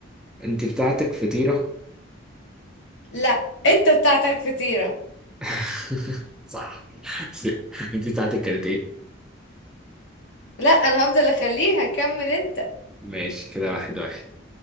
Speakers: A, in the centre; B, on the left.
A: أنت بتاعتك فطيرة
B: لا انت بتاعتك فطيرة
A: <laughs> صح بس انت بتاعتك كانت ايه؟
B: لا انا هفضل اخليها كمل انت
A: ماشي كده واحد واحد